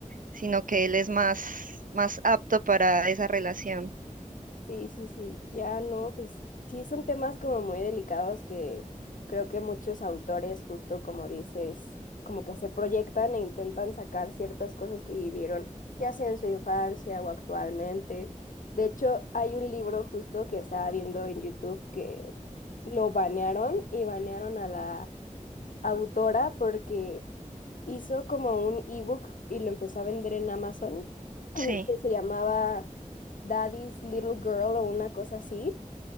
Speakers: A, on the right (about 80°); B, on the left (about 75°).
A: sino que él es más, más apto para esa relación.
B: Sí, sí, sí. Ya no, pues sí son temas como muy delicados que creo que muchos autores, justo como dices, como que se proyectan e intentan sacar ciertas cosas que vivieron, ya sea en su infancia o actualmente. De hecho, hay un libro justo que estaba viendo en YouTube que lo banearon y banearon a la autora porque hizo como un ebook y lo empezó a vender en Amazon <clears throat> que
A: Sí,
B: se llamaba Daddy's Little Girl o una cosa así.